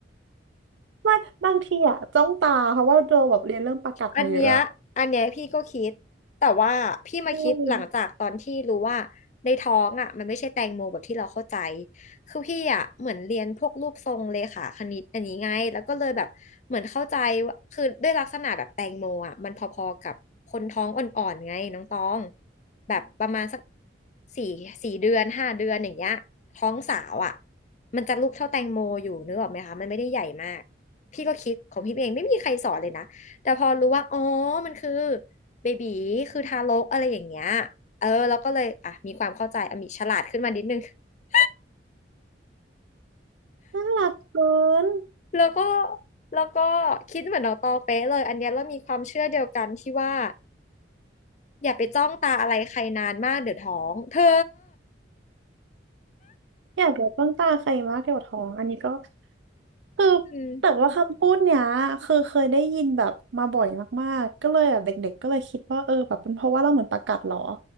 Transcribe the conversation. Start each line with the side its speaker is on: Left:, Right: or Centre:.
Right: ไม่บางทีอะจ้องตาเพราะว่าโดแบบเรียนเรื่องประกัดมาเยอะอะ
Left: อันเนี้ยอันเนี้ยพี่ก็คิดแต่ว่าพี่มาคิดหลังจากตอนที่รู้ว่าในท้องอ่ะมันไม่ใช่แตงโมแบบที่เราเข้าใจ
Right: ใช่
Left: คือพี่อ่ะเหมือนเรียนพวกรูปทรงเลขาคณิตอันนี้ไงแล้วก็เลยแบบเหมือนเข้าใจว่าคือด้วยลักษณะแบบแตงโมอ่ะมันพอๆกับคนท้องอ่อนๆไงน้องตองแบบประมาณสักสี่สี่เดือนห้าเดือนอย่างเงี้ยท้องสาวอ่ะมันจะลูกเท่าแตงโมอยู่นึกออกไหมคะมันไม่ได้ใหญ่มากพี่ก็คิดของพี่เองไม่มีใครสอนเลยนะ แต่พอรู้ว่าอ๋อมันคือเบบีคือทารกอะไรอย่างเงี้ยเออแล้วก็เลยอ่ะมีความเข้าใจอ่ะมีฉลาดขึ้นมานิดนึง <laughs>
Right: น่ารักเกิน
Left: แล้วก็แล้วก็คิดเหมือนน้องตองเป๊ะเลยอันเนี้ยเรามีความเชื่อเดียวกันที่ว่าอย่าไปจ้องตาอะไรใครนานมากเดี๋ยวท้องเธอ
Right: อยากแบบจ้องตาใครมากเกี่ยวกับท้องอันนี้ก็คือ
Left: อืม
Right: แต่ว่าคำพูดเนี้ยคือเคยได้ยินแบบมาบ่อยมากๆก็เลยแบบเด็กๆก็เลยคิดว่าเออแบบเป็นเพราะว่าเราเหมือนประกัดเหรอ